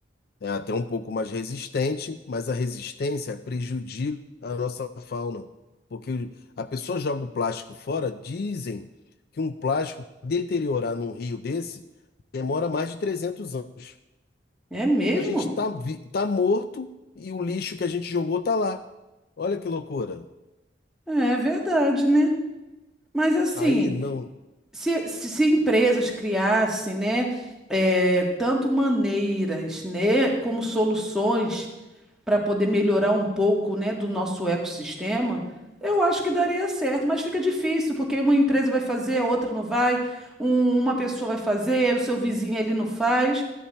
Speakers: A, on the left; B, in the centre.
A: É até um pouco mais resistente, mas a resistência prejudica a nossa fauna. Porque a pessoa joga o plástico fora, dizem que um plástico deteriorar num rio desse demora mais de 300 anos.
B: É mesmo?
A: A gente tá, vi- tá morto e o lixo que a gente jogou tá lá. Olha que loucura.
B: É verdade, né? Mas assim,
A: Aí não,
B: se, se, se empresas criassem, né, eh, tanto maneiras, né, como soluções para poder melhorar um pouco, né, do nosso ecossistema, eu acho que daria certo, mas fica difícil, porque uma empresa vai fazer, a outra não vai, um- uma pessoa vai fazer, aí o seu vizinho ali não faz.